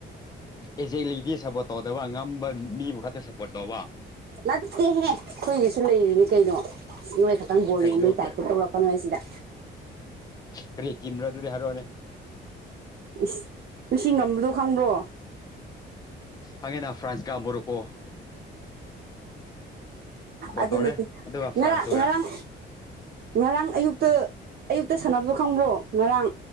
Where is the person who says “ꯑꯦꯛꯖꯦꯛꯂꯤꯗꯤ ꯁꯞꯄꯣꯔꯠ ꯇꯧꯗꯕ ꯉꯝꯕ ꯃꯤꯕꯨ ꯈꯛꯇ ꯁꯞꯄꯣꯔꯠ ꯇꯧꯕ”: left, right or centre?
Left